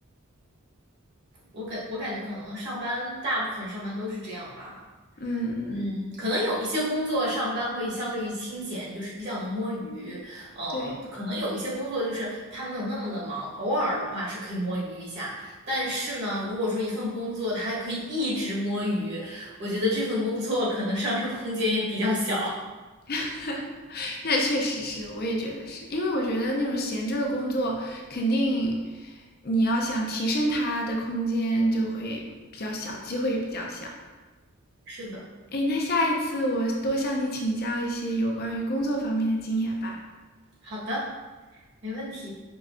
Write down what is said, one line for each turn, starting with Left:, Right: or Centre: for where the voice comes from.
Right: 我感我感觉可能上班大部分上班都是这样吧。
Left: 嗯，
Right: 嗯，可能有一些工作上班会相对于清闲，就是比较能摸鱼。呃，
Left: 对。
Right: 可能有一些工作就是他没有那么的忙，偶尔的话是可以摸鱼一下。但是呢，如果说一份工作它可以一直摸鱼，我觉得这份工作可能上升空间也比较小。
Left: <laughs> 那确实是，我也觉得是，因为我觉得那种闲置的工作，肯定你要想提升它的空间就会比较小，机会也比较小。
Right: <laughs> 是的，
Left: 诶，那下一次我多向你请教一些有关于工作方面的经验吧。
Right: 好的，没问题。